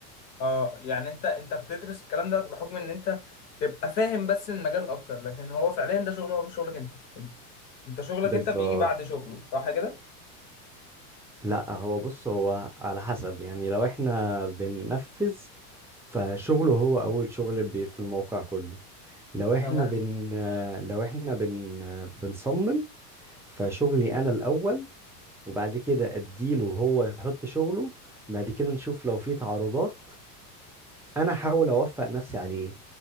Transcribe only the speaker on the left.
اه يعني انت انت بتدرس الكلام ده بحكم ان انت تبقى فاهم بس المجال اكتر لكن هو فعليا ده شغله هو مش شغلك انت انت شغلك
انت بيجي بعد شغله صح كده
تمام